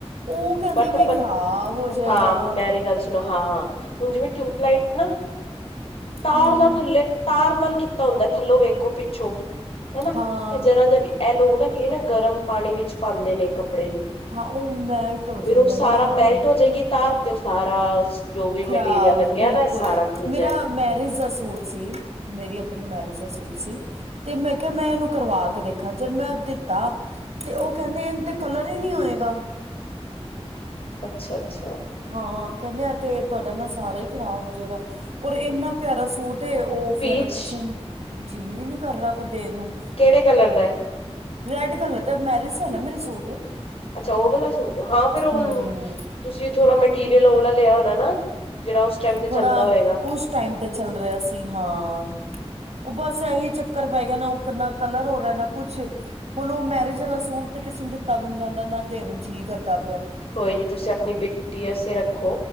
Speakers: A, on the right; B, on the left.
A: ਉਹ ਕਹਿੰਦੇ
B: ਬਟ
A: ਬਈ ਖਰਾਬ ਹੋ ਜਏਗਾ।
B: ਹਾਂ ਮੇਰੀ ਗੱਲ ਹਾਂ, ਹਾਂ ਹੁਣ ਜਿਵੇਂ ਟਿਊਬ ਲਈਟ ਨਾ ਤਾਰ
A: ਹੂੰ,
B: ਦਾ ਥੱਲੇ, ਤਾਰ ਨਾਲ ਕੀਤਾ ਹੁੰਦਾ ਥੱਲੋਂ ਵੇਖੋ ਪਿੱਛੋਂ। ਹਨਾ,
A: ਹਾਂ,
B: ਇਹ ਜਰਾ ਜਿਹਾ ਐ ਲੋਕ ਨਾ ਕੀ ਨਾ ਗਰਮ ਪਾਣੀ ਵਿੱਚ ਪਾਂਦੇ ਨੇ ਕੱ ਪੜੇ ਨੂੰ,
A: ਹਾਂ ਉਹ ਮੈਲਟ ਹੋ
B: ਫਿਰ
A: ਜਾਂਦੇ
B: ਉਹ ਸਾਰਾ
A: ਨਾ ਫੇਰ।
B: ਮੈਲਟ ਹੋ ਜਾਏਗੀ ਤਾਰ ਤੇ ਉਹ ਸਾਰਾ ਜੋ ਵੀ
A: ਖਰਾਬ
B: ਮਟੀਰੀਅਲ ਲੱਗਿਆ
A: ਬਿਲਕੁਲ,
B: ਦਾ ਸਾਰਾ ਖੁੱਲ
A: ਮੇਰਾ
B: ਜਾਏਗਾ
A: ਮੈਰਿਜ ਦਾ ਸੂਟ ਸੀ ਮੇਰੀ ਆਪਣੀ ਮੈਰਿਜ ਦਾ ਸੂਟ ਸੀ। ਤੇ ਮੈਂ ਕਿਹਾ ਮੈਂ ਇਹਨੂੰ ਕਰਵਾ ਕੇ ਦੇਖਾ, ਜਦ ਮੈਂ ਦਿੱਤਾ ਤੇ ਉਹ ਕਹਿੰਦੇ ਇਹ ਤੇ ਕਲਰ ਹੀ ਨਹੀਂ ਹੋਏਗਾ।
B: ਅੱਛਾ -ਅੱਛਾ।
A: ਹਾਂ, ਕਹਿੰਦੇ ਐ ਤੇ ਤੁਹਾਡਾ ਨਾਲ ਸਾਰਾ ਹੀ ਖ਼ਰਾਬ ਹੋ ਜਾਏਗਾ, ਔਰ ਇੰਨਾ ਪਿਆਰਾ ਸੂ ਟ ਤੇ ਉਹ
B: ਪੀਚ
A: ਫਿਰ ਕਿਸੇ ਨੂੰ ਜ ਜੀਅ ਵੀ ਨੀ ਕਰ ਰਿਆ ਕੇ ਦੇਣ ਨੂੰ।
B: ਕਿਹੜੇ ਕਲਰ ਦਾ ਏ?
A: ਰੈਡ ਕਲਰ ਦਾ ਮੈਰਿਜ ਹੈ ਨਾ ਮੇਰੇ ਸੂਟ।
B: ਅੱਛਾ ਉਹ ਵਾਲਾ ਸੂਟ, ਹਾਂ ਫਿਰ ਉਹ,
A: ਹਮ
B: ਤੁਸੀਂ ਥੋੜਾ ਮਟੀਰੀਅਲ ਉਹ ਵਾਲਾ ਲਿਆ ਹੋਣਾ ਨਾ ਜਿਹੜਾ ਉਸ ਟਾਈਮ ਤੇ
A: ਥੋੜਾ
B: ਚੱਲਦਾ ਹੋਏਗਾ।
A: ਉਸ ਟਾਈਮ ਤੇ ਚੱਲ ਰਿਹਾ ਸੀ। ਹਾਂ, ਉਹ ਬਸ ਇਹੀ ਚੱਕਰ ਪੈ ਗਿਆ ਨਾ, ਉਹ ਨਾ ਕਲਰ ਹੋ ਰਿਹਾ, ਨਾ ਕੁਛ। ਹੁਣ ਉਹ ਮੈਰਿਜ ਵਾਲਾ ਸੂਟ ਤੇ ਕਿਸੇ ਨੂੰ ਦਿੱਤਾ ਵੀ ਨੀ ਜਾਂਦਾ, ਨਾ ਦੇਣ ਨੂੰ ਜੀਅ ਕਰਦਾ ਪਿਆ।
B: ਕੋਈ ਨੀ ਤੁਸੀਂ ਆਪਣੀ ਬੇਟੀ ਅਸਤੇ ਰੱਖੋ